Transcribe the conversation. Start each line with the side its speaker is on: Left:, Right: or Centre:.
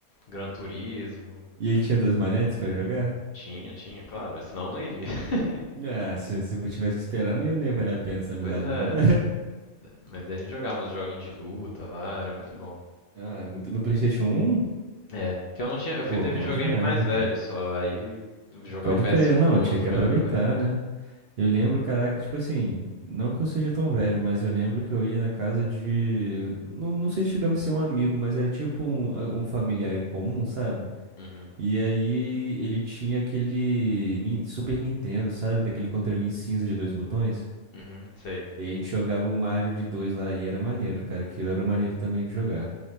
Left: Gran Turismo.
Right: E ele tinha dois manetes pra jogar?
Left: Tinha, tinha, claro. Senão eu não iria. <laughs>
Right: Ah, se, se eu tivesse que esperar, não ia, não ia valer a pena essa amizade,
Left: pois é.
Right: não, né?
Left: Mas a gente jogava uns joguinhos de luta lá, era muito bom.
Right: <laughs> Ah, é muito no PlayStation um.
Left: É, que eu não tinha. Eu fui
Right: Pô,
Left: ter
Right: bom
Left: videogame
Right: demais,
Left: mais
Right: né,
Left: velho
Right: cara?
Left: só. Aí jogar
Right: Pode
Left: o PS1
Right: crer, não,
Left: do outro
Right: tinha que
Left: é a
Right: aproveitar,
Left: melhor coisa.
Right: né? Eu lembro, caraca, tipo assim, não que eu seja tão velho, mas eu lembro que eu ia na casa de. Não, não sei se chegava a ser um amigo, mas era tipo um, um familiar em comum, sabe?
Left: Uhum.
Right: E aí ele tinha aquele Nin- Super Nintendo, sabe? Daquele controlinho cinza de dois botões.
Left: Uhum, sei.
Right: E aí a gente jogava o Mario de dois lá e era maneiro, cara. Aquilo era maneiro também de jogar.